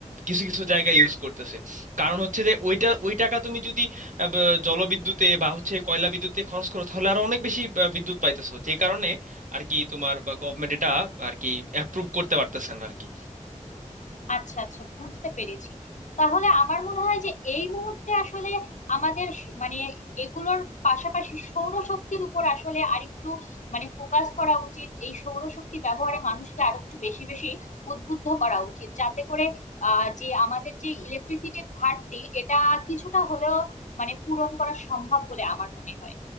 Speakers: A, on the right; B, on the left.
A: কিছু কিছু জায়গায় ইউজ করতেছে কারণ হচ্ছে যে ওইটা ওই টাকা তুমি যদি আহ, ব- জলবিদ্যুতে বা হচ্ছে কয়লা বিদ্যুতে খরচ করো তাহলে আরো অনেক বেশি আহ, বিদ্যুৎ পাইতেছো যে কারণে আর কি তোমার গভর্নমেন্ট এটা আর কি অ্যাপ্রুভ করতে পারতেছে না আর কি
B: আচ্ছা আচ্ছা বুঝতে পেরেছি তাহলে আমার মনে হয় যে এই মুহূর্তে আসলে আমাদের স- মানে এগুলোর পাশাপাশি সৌরশক্তির উপর আসলে আরেকটু মানে ফোকাস করা উচিত এই সৌরশক্তি ব্যবহারে মানুষকে আরো একটু বেশি বেশি উদ্বুদ্ধ করা উচিত যাতে করে আহ যে আমাদের যে ইলেকট্রিসিটির ঘাটতি এটা কিছুটা হলেও মানে পূরণ করা সম্ভব বলে আমার মনে হয়